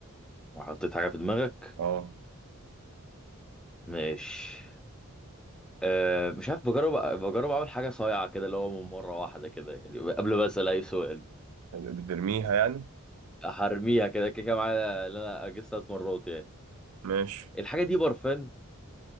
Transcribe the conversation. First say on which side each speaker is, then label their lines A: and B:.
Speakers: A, in the centre; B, on the right (about 85°).
A: حطيت حاجة في دماغك
B: اه
A: ماشي أه مش عارف بجرب بجرب اعمل حاجة صايعة كده اللي هو من مرة واحدة كده يعني قبل ما اسأل اي سؤال
B: بترميها يعني
A: هرميها كده كده كده معايا اللي انا اجس ثلاث مرات يعني
B: ماشي
A: الحاجة دي برفان